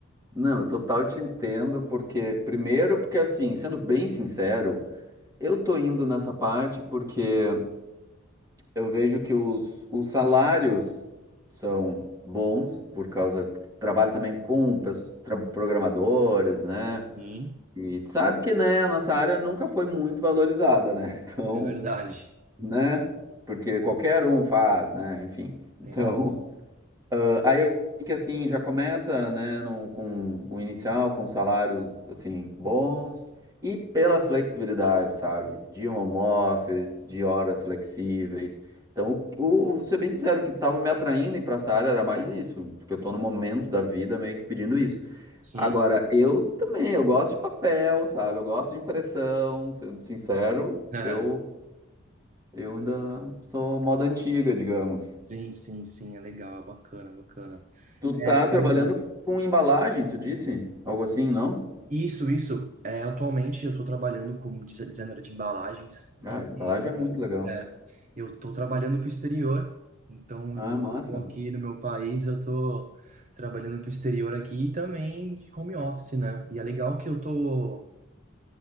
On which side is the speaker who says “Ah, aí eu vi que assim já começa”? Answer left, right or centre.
Right